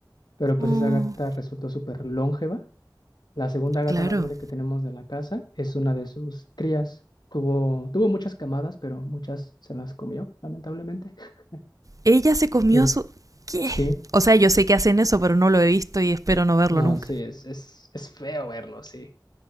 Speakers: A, on the left; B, on the right.
A: pero pues
B: Oh,
A: esa gata resultó súper longeva La segunda gata
B: claro.
A: más grande que tenemos de la casa es una de sus crías. Tuvo, tuvo muchas camadas, pero muchas se las comió, lamentablemente. <laughs>
B: Ella se comió
A: Eh,
B: a su... ¿Qué?
A: sí,
B: O sea, yo sé que hacen eso, pero no lo he visto y espero no verlo
A: no,
B: nunca.
A: sí, es, es, es feo verlo, sí.